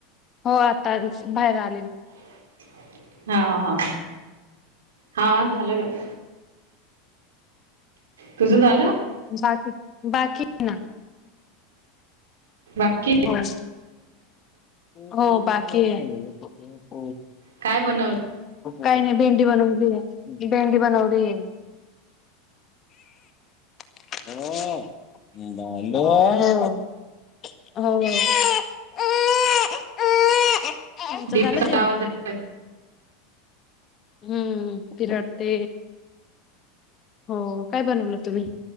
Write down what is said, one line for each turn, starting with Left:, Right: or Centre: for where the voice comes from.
Left: हो आता बाहेर आ
Right: <unintelligible> हा हा हा झालं. <inaudible> तुझं झालं?
Left: झाली बाकी बाकी हे ना.
Right: बाकी आहे.
Left: हो हो <inaudible> बाकी <unintelligible>
Right: काय बनवलं
Left: काय नाही भेंडी बनवून ठेवले भेंडी बनवली ये. <unintelligible> <unintelligible> <inaudible> हो. <unintelligible>
Right: देवीचा
Left: झालं जेवण
Right: <inaudible> आवाज येतोय
Left: हम्म. ती रडते. हो काय बनवलं तुम्ही?